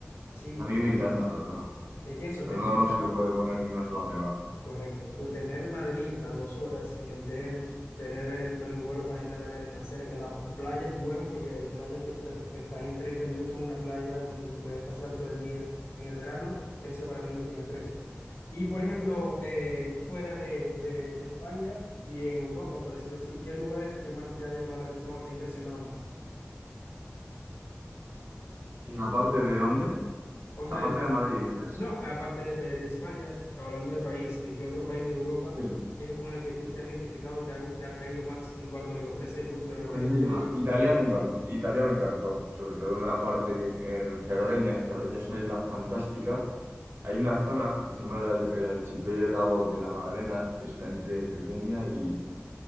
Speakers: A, on the left; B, on the right.
A: Sí,
B: A
A: totalmente.
B: mí me encanta, la verdad. O
A: Es que eso,
B: sea,
A: tener
B: no, no se le puede poner ni una sola pega.
A: Correcto. Co- Tener Madrid a dos horas en el tren, tener el, el vuelo para Islas Baleares tan cerca, las playas buenas, porque hay playas que está- estás en 30 minutos en una playa donde te puedes pasar todo el día en el verano, eso para mí no tiene precio. Y por ejemplo, eh, fuera de, de de España y en Europa, por decirlo así, ¿qué lugar es el que más te ha llamado la atención o te ha impresionado más?
B: Y aparte de dónde?
A: O
B: Aparte
A: sea,
B: de Madrid, dices.
A: No, aparte eh, de España, hablando de país, eh, ¿qué otro país de Europa
B: Sí.
A: es con el que tú te has identificado, te ha, gu- te ha atraído más en cuanto a lo que ofrece culturalmente?
B: Pues mira, Italia me encantó, Italia me encantó, sobre todo una parte en Cerdeña. Cerdeña es una isla fantástica Hay una zona que se llama el, el archipiélago de la Madalena, que está entre Cerdeña y,